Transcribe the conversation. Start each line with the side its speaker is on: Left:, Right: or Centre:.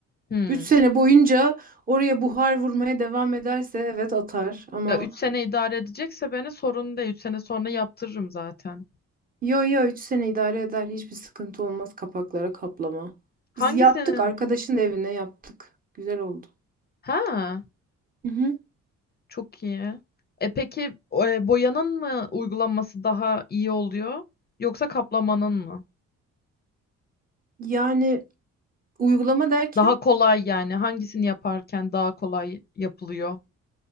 Left: Hmm.
Right: Üç sene boyunca oraya buhar vurmaya devam ederse evet atar ama
Left: Ya 3 sene idare edecekse beni sorun değil. üç sene sonra yaptırırım zaten.
Right: Yo yo 3 sene idare eder. Hiçbir sıkıntı olmaz kapaklara kaplama.
Left: Hangisinin?
Right: Biz yaptık arkadaşın evine yaptık. Güzel oldu.
Left: Ha,
Right: Hı hı.
Left: çok iyi. E peki e, boyanın mı uygulanması daha iyi oluyor yoksa kaplamanın mı?
Right: Yani uygulama derken
Left: Daha kolay yani hangisini yaparken daha kolay yapılıyor?